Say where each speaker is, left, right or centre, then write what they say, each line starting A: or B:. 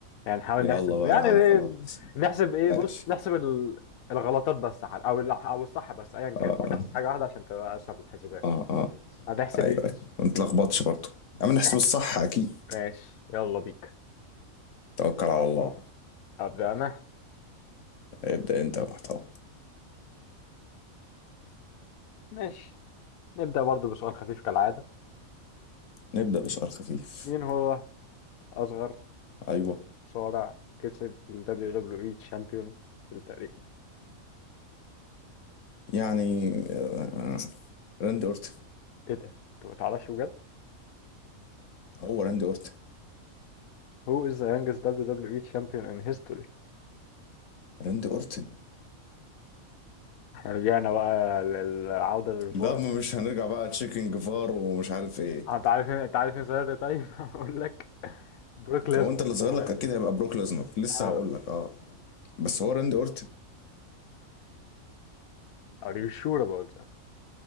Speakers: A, on the left (about 85°); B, on the left (about 65°).
A: يعني نحاول
B: يلا
A: نحسب
B: بقى
A: يعني
B: يا عم خلاص
A: نحسب ايه
B: ماشي
A: بص نحسب ال- الغلطات بس عاد- او ال- او الصح بس ايا كان
B: اه
A: نحاول نحسب حاجة واحدة عشان تبقى اسهل الحسابات
B: اه اه آه.
A: هنحسب
B: ايوه
A: ايه؟
B: ايوه ما تلخبطش برضه يا عم نحسب
A: نحسب.
B: الصح اكيد
A: ماشي يلا بيك
B: توكل على الله
A: أبدأ انا
B: ابدأ انت يا محترم
A: ماشي نبدأ برضو بسؤال خفيف كالعادة
B: نبدأ بسؤال خفيف
A: مين هو أصغر
B: ايوه
A: مصارع كسب ال WWE Champion في التاريخ؟
B: يعني آه، راندي اورتن
A: ايه ده؟ انت ما تعرفش بجد؟
B: هو راندي اورتن
A: Who is the youngest WWE champion in history؟
B: راندي اورتن
A: احنا رجعنا بقى للعودة للفار
B: لا ما مش هنرجع بقى تشيكن جيفار ومش عارف ايه
A: آه، انت عارف مين- انت عارف مين ظاهر ده طيب؟ <laughs> هقول لك بروك ليزنر
B: هو انت اللي
A: كان
B: ظاهر
A: ظاهر
B: لك اكيد
A: ده
B: هيبقى بروك ليزنر لسه
A: اه
B: هقول لك اه بس هو راندي اورتن
A: are you sure about that؟